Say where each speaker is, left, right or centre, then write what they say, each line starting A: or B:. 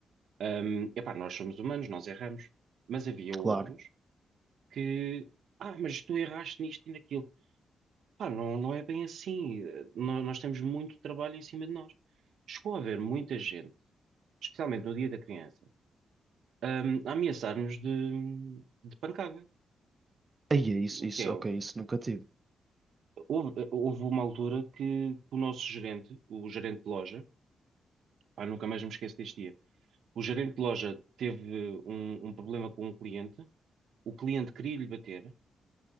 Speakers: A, on the right (about 75°); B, on the right (about 25°).
A: hum, epá, nós somos humanos, nós erramos. Mas havia outros
B: claro.
A: que, ah, mas tu erraste nisto e naquilo. Pá, não, não é bem assim. Nó- Nós, temos muito trabalho em cima de nós. Chegou a haver muita gente, especialmente no Dia da Criança, hum, a ameaçar-nos de, de pancada.
B: Aí é isso,
A: O
B: isso,
A: que é?
B: ok, isso nunca tive.
A: Houve, houve uma altura que o nosso gerente, o gerente de loja, pá, nunca mais me esqueço deste dia. O gerente de loja teve um, um problema com um cliente, o cliente queria lhe bater